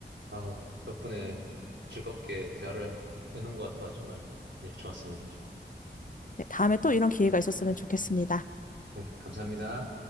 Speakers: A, on the right; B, on the left.
A: 아, 덕분에 즐겁게 대화를 해놓은 것 같아 정말, 네, 좋았습니다. 저도.
B: 네, 다음에 또 이런 기회가 있었으면 좋겠습니다.
A: 네, 감사합니다.